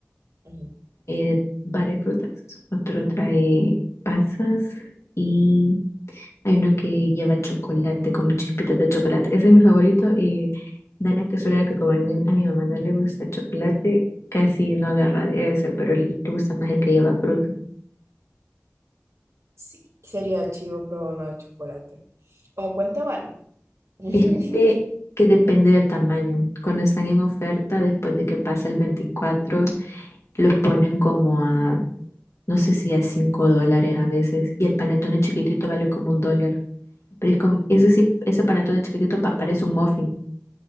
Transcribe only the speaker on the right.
ujú.
Sí, sería chivo probar uno de chocolate. ¿Cómo cuánto vale? <laughs> ¿Y